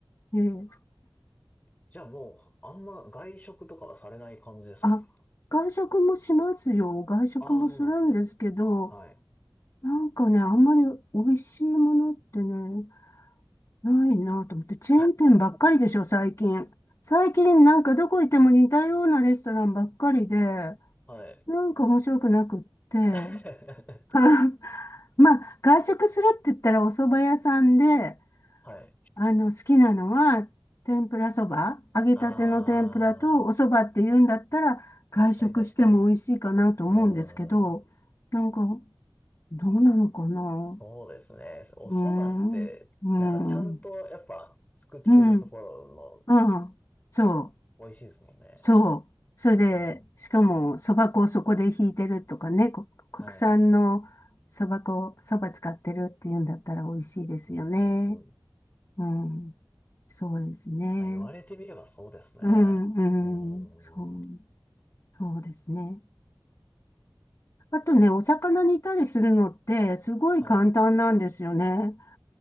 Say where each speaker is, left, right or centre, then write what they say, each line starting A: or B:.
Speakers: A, on the left (about 35°); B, on the left (about 20°).
A: えー
B: じゃあもう、あんま外食とかはされない感じですか
A: あ、外食もしますよ。外食もするんですけど、
B: ああー、そうなんですね。はい。
A: なんかね、あんまり美味しいものってね、ないなと思って、チェーン店ばっかりでしょ、
B: <laughs>
A: 最近。最近なんかどこ行っても似たようなレストランばっかりで、
B: はい。
A: なんか面白くなくって。
B: <laughs>
A: <laughs> まあ、外食するって言ったらお蕎麦屋さんで、
B: はい。
A: あの、好きなのは、天ぷらそば、揚げたての天ぷらとお蕎麦って言うんだったら、
B: あ
A: 外食しても美味しいかなと思うんですけど、
B: あ、確かに確かに。うーん、
A: なんか、どうなのかなう
B: そうですね。お蕎麦って、
A: ーん、うーん、
B: なんかちゃんとやっぱ作ってるところ
A: うん、うん、そう。
B: の美味しいですもんね。
A: そう。それで、
B: うん。
A: しかも、そば粉をそこでひいてるとかね、こ国産のそば粉、
B: はい。
A: そば使ってるっていうんだったら美味しいですよね。
B: うん、うん、うん。
A: うん。そうですね。
B: あ、言われてみればそうですね。
A: うん、
B: うーん。
A: うん。そう、そうですね。あとね、お魚煮たりするのって、すごい簡単なんですよね。
B: はい。